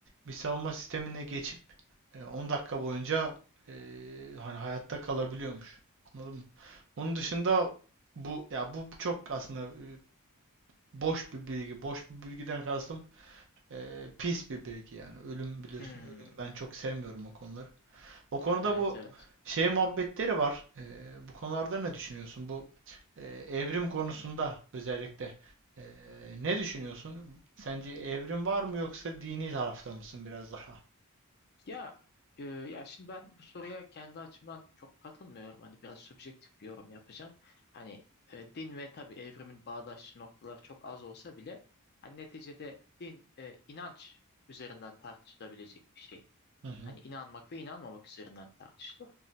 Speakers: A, on the right (about 55°); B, on the left (about 45°).
A: bir savunma sistemine geçip e, 10 dakika boyunca e, hani hayatta kalabiliyormuş anladın mı? Onun dışında bu ya bu çok aslında e, boş bir bilgi boş bir bilgiden kastım e, pis bir bilgi yani. Ölüm biliyorsun.
B: Hmm.
A: Ölüm ben çok sevmiyorum o konuları. O konuda
B: Evet
A: bu
B: evet.
A: şey muhabbetleri var. E, bu konularda ne düşünüyorsun? Bu e, evrim konusunda özellikle e, ne düşünüyorsun? Sence evrim var mı yoksa dini tarafta mısın biraz daha?
B: Ya e, ya şimdi ben bu soruya kendi açımdan çok katılmıyorum. Hani biraz subjektif bir yorum yapacağım. Hani e, din ve tabii evrimin bağdaşlı noktaları çok az olsa bile hani neticede din e, inanç üzerinden tartışılabilecek bir şey.
A: Hı hı.
B: Hani inanmak ve inanmamak üzerinden tartışılır.